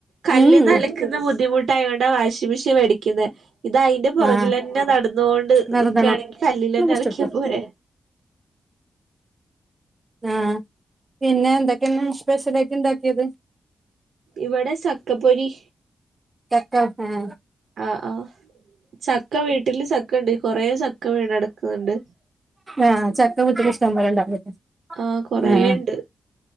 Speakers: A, on the right; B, on the right.
A: കല്ലുന്ന്
B: ഉം
A: അല ക്കുന്ന ബുദ്ധിമുട്ടായത് കൊണ്ടാ വാഷിംഗ് മെഷീൻ മേടിക്കുന്നെ. ഇത് അതിന്റെ പുറകിൽ
B: ആഹ്
A: തന്നെ നടന്നുകൊണ്ട്
B: നിർതണം
A: നിക്കുകയാണെങ്കിൽ കല്ലിൽ
B: ഒന്ന്
A: തന്നെ
B: മുറിച്ചൊടുത്തോ
A: അലക്കിയാ പോരെ.
B: ആഹ് പിന്നെ എന്തൊക്കെയാണ് സ്പെഷ്യല്. ആയിട്ട് ഇണ്ടാക്കിയത്.
A: ഇവിടെ സക്കപൊരി.
B: ചക്ക <unintelligible>
A: ആഹ് ആഹ്. ചക്ക വീട്ടില് ചക്ക ഉണ്ട്. കുറേ ചക്ക വീണ് കിടക്കുന്നുണ്ട്.
B: ആഹ്. ചക്ക വീട്ടിലിഷ്ടം പോല ഉണ്ടാവട്ടെ
A: ആഹ് കൊറേണ്ട്
B: ആഹ്..